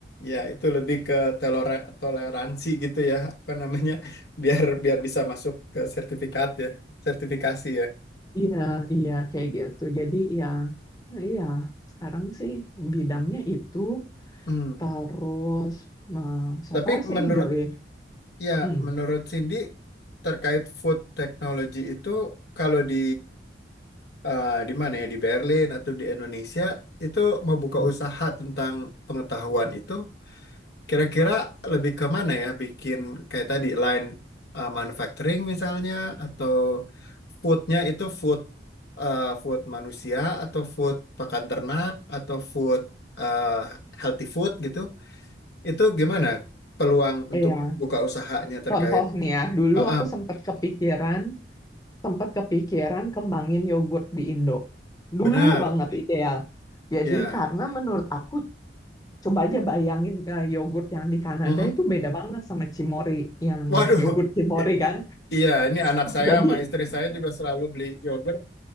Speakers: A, on the left; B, on the left.
A: Ya, itu lebih ke telora- toleransi gitu ya, apa namanya, biar biar bisa masuk ke sertifikat ya, sertifikasi ya.
B: iya iya kayak gitu jadi ya nah iya sekarang sih bidangnya itu
A: Hmm.
B: terus nah so
A: Tapi
B: far sih
A: menurut
B: enjoy
A: ya,
B: Hmm.
A: menurut Cindy terkait food technology itu kalau di eh, di mana ya, di Berlin atau di Indonesia itu mau buka
B: Hmm.
A: usaha tentang pengetahuan itu Kira-kira lebih ke mana ya? Bikin kayak tadi line uh, manufacturing misalnya atau foodnya itu food uh, food manusia atau food pakan ternak atau food uh, healthy food gitu. Itu gimana peluang
B: Iya,
A: untuk buka usahanya terkait?
B: contoh nih ya, dulu
A: Ha
B: aku sempat kepikiran sempat kepikiran kembangin yogurt di Indo. Dulu
A: benar.
B: banget ideal. Jadi
A: Ya.
B: karena menurut aku coba aja bayangin eh, yogurt yang di Kanada
A: Mm-mm.
B: itu beda banget sama Cimory yang
A: Waduh.
B: yogurt Cimory
A: <laughs>
B: kan.
A: Iya, ini anak saya
B: Jadi
A: sama istri saya juga selalu beli yogurt.